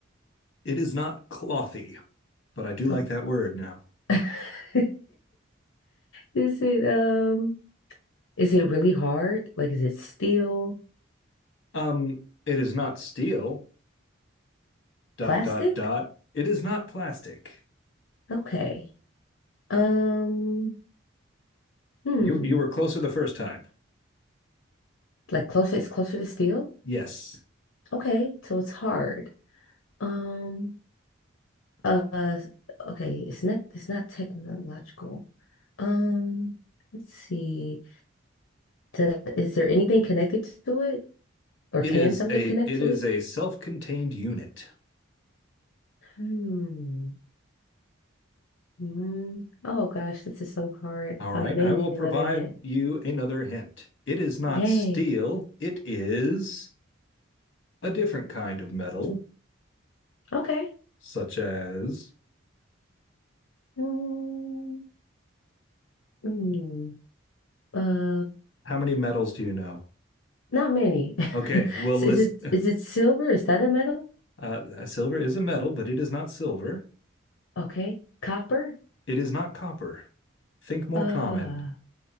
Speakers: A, on the left; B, on the left.
A: It is not clothy, but I do
B: How-
A: like that word now.
B: <laughs> Is it um is it really hard? Like is it steel,
A: Um, it is not steel, dot,
B: plastic?
A: dot, dot. It is not plastic.
B: Okay. Um, hmm.
A: You you were closer the first time.
B: Like closer, it's closer to steel?
A: Yes.
B: Okay, so it's hard. Um, uh, uh, okay, it's not it's not technological. Um, let's see. To, is there anything connected to it? Or
A: It
B: can
A: is
B: something
A: a
B: connect
A: it
B: to
A: is
B: it?
A: a self-contained unit.
B: Hmm. Hmm. Oh gosh, this is so hard.
A: All
B: I
A: right,
B: may
A: I will
B: need
A: provide
B: another hint.
A: you another hint. It is not
B: Yay.
A: steel, it is a different kind of metal,
B: Okay.
A: such as
B: Hmm. Hmm. Uh,
A: how many metals do you know?
B: not many. <laughs>
A: Okay, well, list
B: Is it
A: uh,
B: is it silver? Is that a metal?
A: uh, silver is a metal, but it is not silver.
B: Okay. Copper?
A: It is not copper. Think more
B: Uh,
A: common.